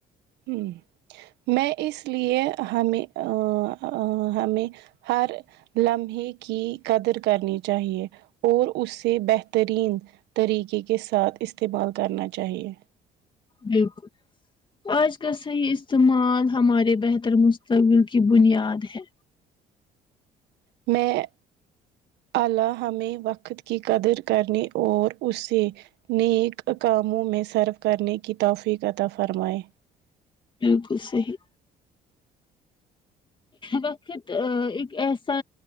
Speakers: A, on the right; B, on the left.
A: ہ میں اس لیے ہمیں ا ہمیں ہر لمحے کی قدر کرنی چاہیے اور اس سے بہترین طریقے کے ساتھ استعمال کرنا چاہیے
B: بالکل آج کا صحیح استعمال ہمارے بہتر مستقبل کی بنیاد ہے
A: میں الہ ہمیں وقت کی قدر کرنے اور اس سے نیک کاموں میں سرو کرنے کی توفیق عطا فرمائیں
B: بالکل صحیح وقت ایک ایسا